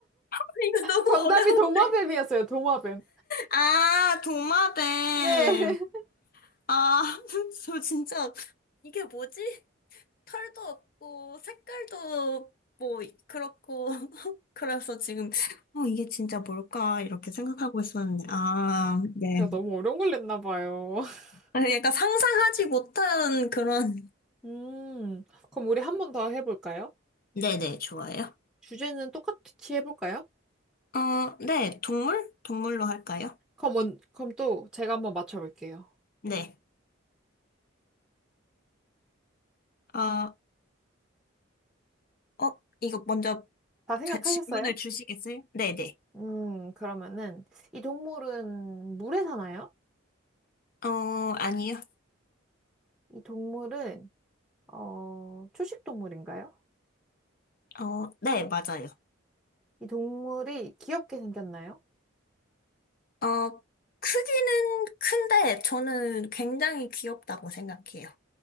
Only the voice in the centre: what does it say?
정답이
도마뱀이었어요, 도마뱀.
네. <laughs>
제가 너무 어려운 걸 냈나 봐요. <laughs>
음, 그럼 우리 한 번 더 해볼까요?
주제는 똑같이 해볼까요?
그럼, 원- 그럼 또 제가 한번 맞춰볼게요.
다 생각하셨어요?
음, 그러면은, 이 동물은 물에 사나요?
이 동물은, 어, 초식 동물인가요?
이 동물이 귀엽게 생겼나요?